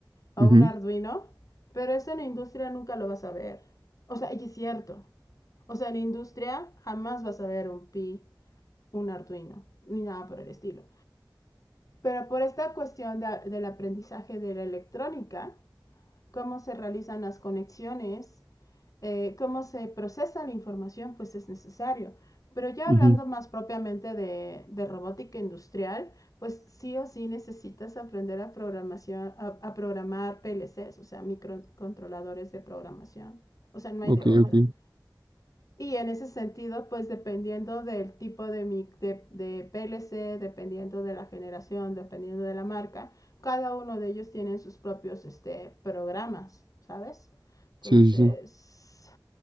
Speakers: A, on the left (about 45°); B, on the right (about 70°).
A: o
B: Ujú,
A: un Arduino, pero eso en la industria nunca lo vas a ver. O sea, y es cierto. O sea, en la industria jamás vas a ver un Pi, un Arduino, ni nada por el estilo. Pero por esta cuestión de- del aprendizaje de la electrónica, cómo se realizan las conexiones eh, cómo se procesa la información, pues es necesario. Pero ya
B: ujú,
A: hablando más propiamente de, de, robótica industrial, pues sí o sí necesitas aprender a, programación, a, a, programar PLCs, o sea, microcontroladores de programación. O sea, no hay
B: Ok,
A: de otra.
B: ok.
A: Y en ese sentido, pues dependiendo del tipo de, de, de PLC, dependiendo de la generación, dependiendo de la marca, cada uno de ellos tiene sus propios este, programas, ¿sabes? Entonces,
B: Sí, sí, sí.